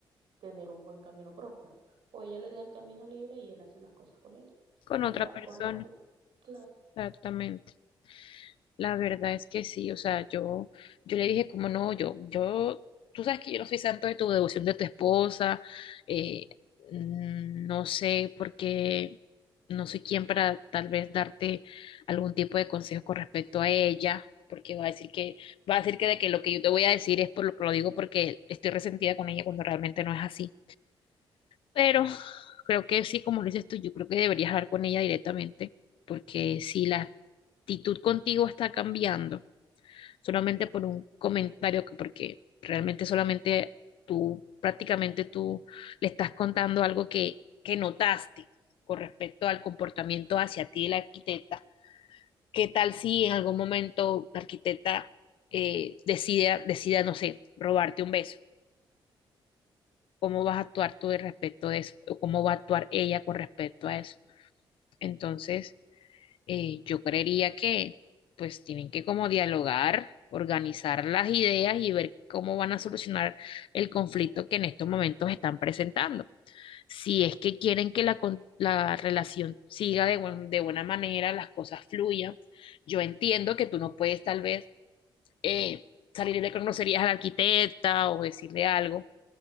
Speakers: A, on the right (about 70°); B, on the left (about 80°).
A: tener un buen camino próspero. O ella le deja el camino libre y él hace las cosas con ella,
B: con
A: con
B: otra
A: la,
B: persona,
A: con la arquitecta. Claro.
B: exactamente. La verdad es que sí, o sea, yo, yo le dije como no, yo, yo, tú sabes que yo no soy santo de tu devoción de tu esposa, eh, mm, no sé por qué, no soy quien para tal vez darte algún tipo de consejo con respecto a ella, porque va a decir que, va a decir que de que lo que yo te voy a decir es por lo que lo digo porque estoy resentida con ella cuando realmente no es así. Pero <laughs> creo que sí, como lo dices tú, yo creo que deberías hablar con ella directamente, porque si la actitud contigo está cambiando, solamente por un comentario, que- porque realmente solamente tú, prácticamente tú le estás contando algo que, que notaste con respecto al comportamiento hacia ti de la arquitecta. ¿Qué tal si en algún momento la arquitecta eh, decida, decida, no sé, robarte un beso? ¿Cómo vas a actuar tú al respecto de eso? ¿O cómo va a actuar ella con respecto a eso? Entonces... eh, yo creería que pues tienen que como dialogar, organizar las ideas y ver cómo van a solucionar el conflicto que en estos momentos están presentando. Si es que quieren que la, con- la relación siga de, buen- de buena manera, las cosas fluyan, yo entiendo que tú no puedes tal vez eh, salirle con groserías a la arquitecta o decirle algo,